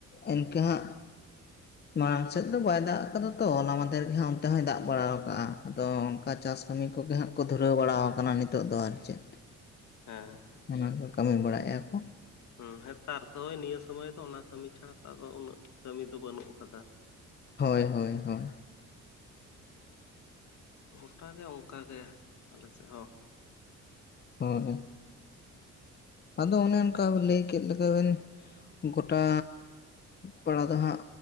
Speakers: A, on the left; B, on the left.
A: ᱤᱱᱠᱟᱹ ᱦᱟᱸᱜ ᱢᱟᱲᱟᱝ ᱥᱮᱫ ᱫᱚ ᱵᱟᱭ ᱫᱟᱜ ᱟᱠᱟᱫᱟ ᱛᱚ ᱦᱚᱞᱟ ᱢᱟᱸᱫᱷᱮᱨ ᱜᱮ ᱦᱟᱸᱜ ᱚᱱᱛᱮ ᱦᱚᱸᱭ ᱫᱟᱜ ᱵᱟᱲᱟ ᱟᱠᱟᱫᱟᱼ ᱟᱫᱚ ᱚᱱᱠᱟ ᱪᱟᱥ ᱠᱟᱹᱢᱤ ᱠᱚᱜᱮ ᱦᱟᱸᱜ ᱠᱚ ᱫᱷᱩᱨᱟᱹᱣ ᱵᱟᱲᱟᱣ ᱠᱟᱱᱟ ᱱᱤᱛᱚᱜ ᱫᱚ ᱟᱨ ᱪᱮᱫ
B: ᱦᱮᱸ
A: ᱚᱱᱟ ᱠᱚ ᱠᱟᱹᱢᱤ ᱵᱟᱲᱟᱭᱮᱫᱼᱟ ᱠᱚ
B: ᱦᱩᱸ ᱦᱮᱸᱛᱟᱨ ᱫᱚᱭ ᱱᱤᱭᱟᱹ ᱥᱚᱢᱚᱭ ᱫᱚ ᱚᱱᱟ ᱠᱟᱹᱢᱤ ᱪᱷᱟᱲᱟ ᱟᱫᱚ ᱩᱱᱟᱹᱜ ᱠᱟᱹᱢᱤ ᱫᱚ ᱵᱟᱹᱱᱩᱜ ᱟᱠᱟᱫᱟ
A: ᱦᱳᱭ ᱦᱳᱭ ᱦᱳᱭ
B: ᱜᱚᱴᱟ ᱜᱮ ᱚᱱᱠᱟ ᱜᱮ ᱟᱞᱮ ᱥᱮᱫ ᱦᱚᱸ
A: <unintelligible> ᱦᱩᱸ ᱦᱩᱸ ᱟᱫᱚ ᱚᱱᱮ ᱚᱱᱠᱟ ᱞᱟᱹᱭ ᱠᱮᱫ ᱞᱮᱠᱟ ᱵᱮᱱ ᱜᱚᱴᱟ ᱯᱟᱲᱟ ᱫᱚ ᱦᱟᱸᱜ,